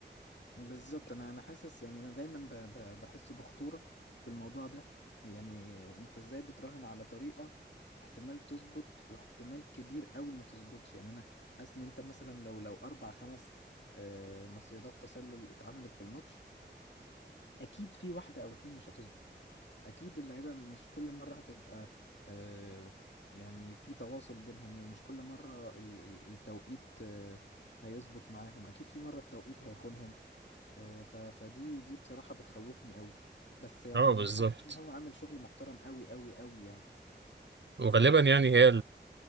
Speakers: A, on the left; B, on the right.
A: بالظبط انا انا حاسس يعني انا دايما ب- ب- بحس بخطورة في الموضوع ده يعني انت ازاي بتراهن على طريقة احتمال تظبط واحتمال كبير قوي ما تظبطش يعني انا حاسس ان انت مثلا لو لو اربع خمس آه، مصيدات تسلل اتعملت في الماتش اكيد في واحدة او اتنين مش هتظبط اكيد اللعيبه مش كل مره هتبقى آه، يعني في تواصل بينهم ومش كل مره ال- ال- التوقيت آه، هيظبط معاهم اكيد في مره التوقيت هيخونهم آه، ف- فدي دي بصراحه بتخوفني قوي بس يعني
B: اه بالظبط
A: حاسس ان هو عامل شغل محترم قوي قوي قوي يعني
B: وغالبا يعني هي